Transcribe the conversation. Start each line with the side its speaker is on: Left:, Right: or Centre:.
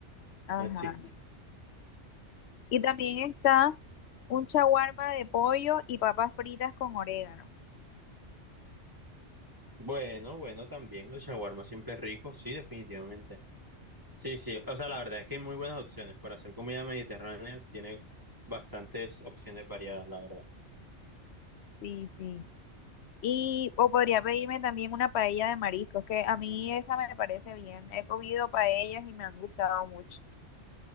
Left: Ajá.
Right: No existe.
Left: Y también está un shawarma de pollo y papas fritas con orégano.
Right: Bueno, bueno, también el shawarma siempre es rico. Sí, definitivamente. Sí, sí. O sea, la verdad es que hay muy buenas opciones. Para hacer comida mediterránea tiene bastantes opciones variadas, la verdad.
Left: Sí, sí. Y o podría pedirme también una paella de mariscos, que a mí esa me parece bien. He comido paellas y me han gustado mucho.